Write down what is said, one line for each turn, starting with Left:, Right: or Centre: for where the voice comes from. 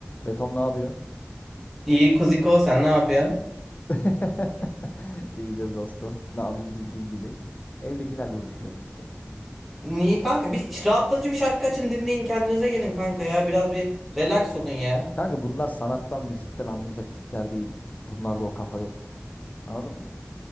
Left: Betom ne yapıyorsun?
Centre: İyi Kuziko sen ne yapıyorsun?
Left: <laughs> İyidir dostum. Ne yapayım bildiğin gibi. Evdekilerle uğraşıyorum işte.
Centre: İyi kanka bir ş- rahatlatıcı bir şarkı açın dinleyin kendinize gelin kanka ya biraz bir relax olun ya.
Left: Kanka bunlar sanattan, müzikten anlayacak tipler değil. Bunlarda o kafa yok. Anladın mı?